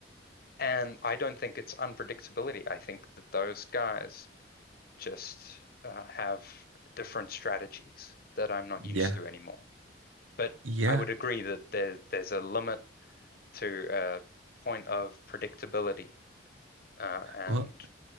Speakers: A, on the left; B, on the right.
A: and I don't think it's unpredictability. I think that those guys just uh, have different strategies that I'm not used
B: Yeah.
A: to anymore. But
B: Yeah.
A: I would agree that there there's a limit to a point of predictability uh, and
B: Well,